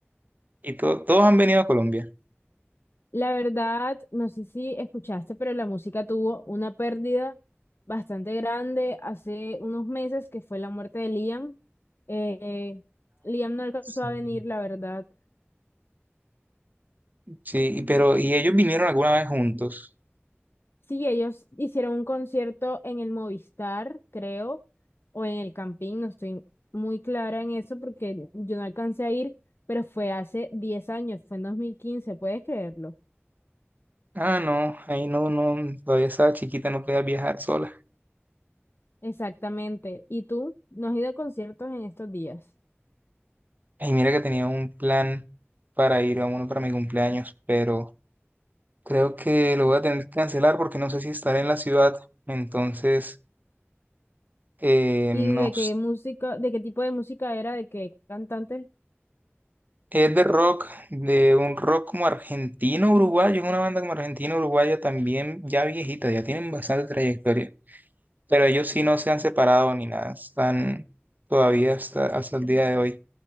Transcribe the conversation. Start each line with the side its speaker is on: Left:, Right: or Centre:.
Right: Y to- todos han venido a Colombia.
Left: La verdad, no sé si escuchaste, pero la música tuvo una pérdida bastante grande hace unos meses, que fue la muerte de Liam. Eh, Liam no alcanzó
Right: Sí,
Left: a venir, la verdad
Right: Sí, y- pero ¿y ellos vinieron alguna vez juntos?
Left: Sí, ellos hicieron un concierto en el Movistar, creo, o en el Campín, no estoy muy clara en eso porque yo no alcancé a ir, pero fue hace 10 años, fue en 2015, ¿puedes creerlo?
Right: Ah, no, ahí no, no, todavía estaba chiquita, no podía viajar sola.
Left: Exactamente. ¿Y tú? ¿No has ido a conciertos en estos días?
Right: Y mira que tenía un plan para ir a uno para mi cumpleaños, pero creo que lo voy a tener que cancelar porque no sé si estaré en la ciudad. Entonces, eh,
Left: ¿Y
Right: no
Left: de
Right: sé.
Left: qué música, de qué tipo de música era, de qué cantante
Right: Es de rock, de un rock como argentino-uruguayo, es una banda como argentino-uruguaya también ya viejita, ya tienen bastante trayectoria. Pero ellos sí no se han separado ni nada, están todavía hasta, hasta el día de hoy.